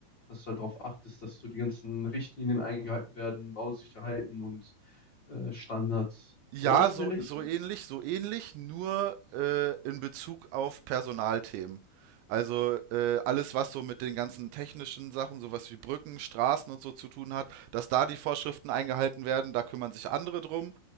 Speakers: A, on the left; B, on the right.
A: Dass du halt darauf achtest, dass so die ganzen Richtlinien eingehalten werden, Bausicherheiten und äh, Standards.
B: Ja,
A: Sowas
B: so,
A: in der Richtung?
B: so ähnlich, so ähnlich, nur äh, in Bezug auf Personalthemen. Also äh, alles, was so mit den ganzen technischen Sachen, sowas wie Brücken, Straßen und so zu tun hat, dass da die Vorschriften eingehalten werden, da kümmern sich andere drum.